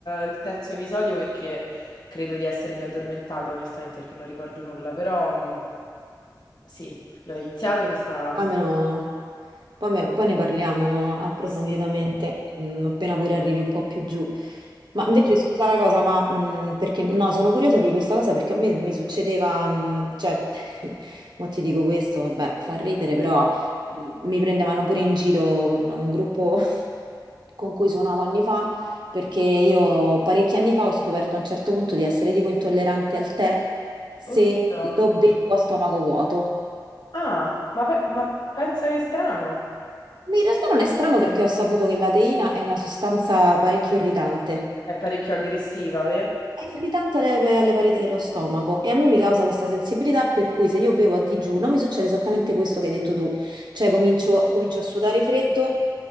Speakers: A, on the left; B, on the right.
A: il terzo episodio perché credo di essermi addormentata, onestamente, perché non ricordo nulla, però mm, sì, l'ho iniziato, mi sta...
B: Ma
A: Mi sta...
B: almeno... Poi, me- poi ne parliamo approfonditamente,
A: Sì, sì.
B: mm, appena pure arrivi un po' più giù. Ma invece, scusa una cosa, ma mm, perché no, sono curiosa di questa cosa perché a me mi succedeva, mm, cioè, <laughs> mo ti dico questo, vabbè, fa ridere,
A: Un
B: però
A: po'.
B: eh, mi prendevano pure in giro con un gruppo <laughs> con cui suonavo anni fa, perché io parecchi anni fa ho scoperto a un certo punto di essere tipo intollerante al tè se
A: Oddio.
B: lo bevo a stomaco vuoto.
A: Ah, ma, pe- ma pensa che strano.
B: In realtà non è strano perché ho saputo che la teina è una sostanza parecchio irritante.
A: È parecchio aggressiva, vero?
B: È irritante alle, alle pareti dello stomaco e a me mi causa questa sensibilità per cui se io bevo a digiuno mi succede esattamente questo che hai detto tu, cioè comincio, comincio a sudare freddo,